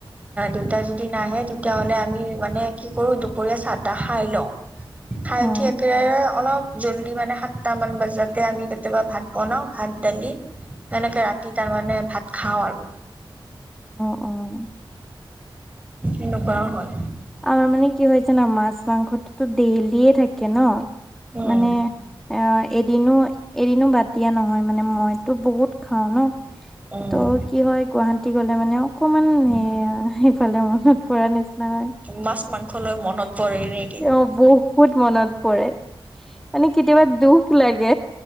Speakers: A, on the right (about 15°); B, in the centre.
A: দেউতা যদি নাহে তেতিয়াাহলে আমি মানে কি কৰো দুপৰীয়া চাহ তাহ খাই লওঁ খাই
B: অ',
A: উঠি একোৰে অলপ জল্দি মানে সাতটা মান বজাতে আমি কেতিয়াবা ভাত বনাওঁ ভাত দালি এনেকে ৰাতি তাৰমানে ভাত খাওঁ আৰু
B: অ অ'।
A: এনেকুৱাও হয়
B: আমাৰ মানে কি হৈ হৈছে না মাছ মাংসটোটো ডেইলি থাকে ন
A: উম
B: মানে অ এদিনো এদিনো বাদ দিয়া নহয় মানে মই বহুত খাও ন
A: উম
B: ত কি হয় গুৱাহাটী গলে মানে অকণমান
A: উম
B: সিফালে মনত পৰা নিচিনা হয়
A: মাছ মাংস লৈ মনত পৰে নেকি
B: তেওঁ বহুত মনত পৰে মানে কেতিয়াবা দুখ লাগে